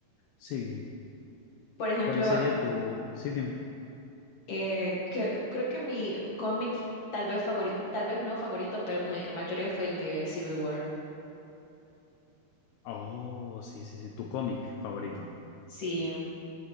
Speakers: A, on the left; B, on the left.
A: Sí.
B: Por ejemplo,
A: ¿Cuál sería tu... Sí, dime.
B: eh, que- creo que mi cómic tal vez favori, tal vez no favorito, pero con el que más lloré fue el de Civil War.
A: Oh, sí, sí, sí, tu cómic favorito.
B: Sí,